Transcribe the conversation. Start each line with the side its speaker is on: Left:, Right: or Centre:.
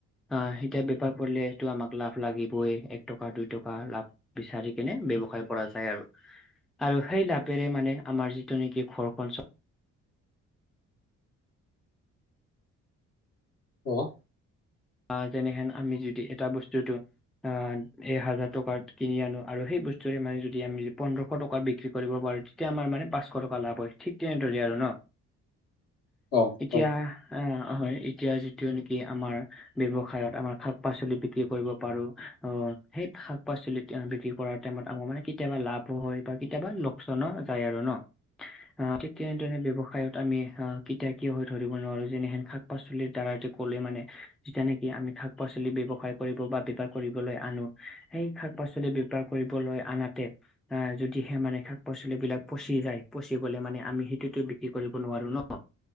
Centre: আহ এতিয়া বি কৰিলে এইটো আমাক লাভ লাগিবই। এ টকা, দুই টকা লাভ বিচাৰি কেনে ব্যৱসায় কৰা যায় আৰু। আৰু সেই লাপেৰে মানে আমাৰ যিটো নেকি ঘৰখন চ
Left: উহো
Centre: আহ যেনেহেন আমি যদি এটা বস্তুটো অ এ হাজাৰ টকাত কিনি আনো আৰু সেই বস্তুৰে মানে যদি আমি পোন্ধৰশ টকাত বিক্ৰী কৰিব পাৰোঁ। তেতিয়া আমাৰ মানে পাঁচশ টকা লাভ হয়, ঠিক তেনেদৰে আৰু ন।
Left: অ।
Centre: এতিয়া
Left: হয়
Centre: আহ হয় এতিয়া যিটো নেকি আমাৰ ব্যৱসায়ত আমাৰ শাক-পাচলি বিক্ৰী কৰিব পাৰোঁ, অ সেই শাক- পাচলিত বিক্ৰী কৰা টাইমত আমাৰ মানে কেতিয়াবা লাভো হয় বা কেতিয়াবা লোকচানো যায় আৰু ন। অ ঠিক তেনেদৰে ব্যৱসায়ত তা আমি আহ কেতিয়া কিয় হৈ ধৰিব নোৱাৰোঁ যেনেহেন শাক-পাচলিৰ দ্বাৰা যে ক'লে মানে যিতিয়া নেকি আমি শাক-পাচলি ব্যৱসায় কৰিব বা বেপাৰ কৰিবলৈ আনো সেই শাক- পাচলি পাৰ কৰিবলৈ আনাতে আহ যদিহে মানে শাক-পাচলি বিলাক পচি যায়, পচি গলে মানে আমি সেইটোতো বিক্ৰী কৰিব নোৱাৰো ন।